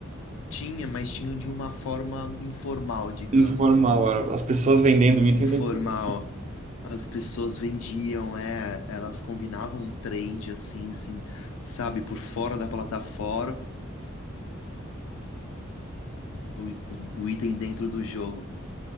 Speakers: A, on the left; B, on the right.
A: Tinha, mas tinha de uma forma informal, digamos.
B: Informal, era as pessoas vendendo itens
A: Informal.
B: entre si.
A: As pessoas vendiam, é, elas combinavam um trade assim, assim, sabe, por fora da plataforma, o, o, o item dentro do jogo.